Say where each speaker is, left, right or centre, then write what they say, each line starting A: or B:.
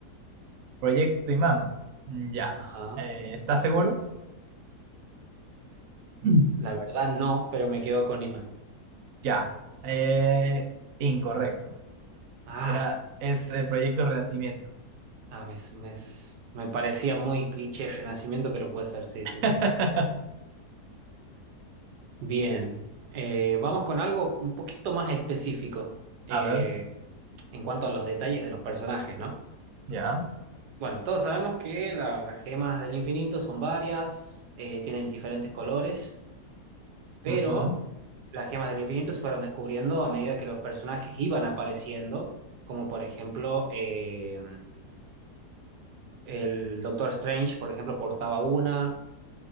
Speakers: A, on the right; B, on the right.
A: Proyecto Imam, Mm, Ya.
B: Ajá.
A: Eh, ¿estás seguro? Mm.
B: La verdad no, pero me quedo con Imán.
A: Ya. Eh, incorrecto.
B: Ah,
A: Era, es el Proyecto Renacimiento.
B: ah, me, me- me parecía muy cliché Renacimiento, pero puede ser, sí, sí,
A: <laughs>
B: sí. Bien. Eh, vamos con algo un poquito más específico eh,
A: A ver,
B: en cuanto a los detalles de los personajes, ¿no?
A: ya.
B: Bueno, todos sabemos que la- las gemas del infinito son varias, eh, tienen diferentes colores, pero
A: Ujú,
B: las gemas del infinito se fueron descubriendo a medida que los personajes iban apareciendo, como por ejemplo eh, el Doctor Strange, por ejemplo, portaba una,